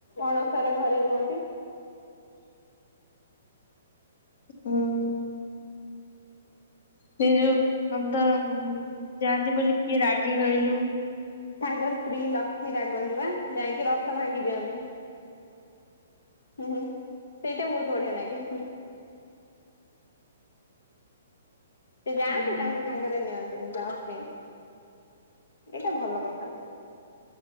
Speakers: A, on the left; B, on the left.
A: ଅଣସର ଘରେ ରୁହନ୍ତି।
B: <inaudible> ସେ ଯୋଉ <unintelligible> ଆମ ତ ଯାଆନ୍ତି ବୋଲି କିଏ ରାଗି କହିଲୁ?
A: ତାଙ୍କ ସ୍ତ୍ରୀ ଲକ୍ଷ୍ମୀ ରାଗନ୍ତି ବା। ଯାଇକି ରଥ ଭାଙ୍ଗି ଦିଅନ୍ତି। ହୁଁ ହୁଁ ସେଇଟା ବହୁତ ବଢିଆ ନାଗେ। ସେ ଯାଆନ୍ତି
B: ହୁଁ
A: ତାଙ୍କୁ ସାଙ୍ଗରେ ନିଅନ୍ତିନି ଯନ୍ତି ଏଇଟା ଭଲ କଥା ନୁହଁ।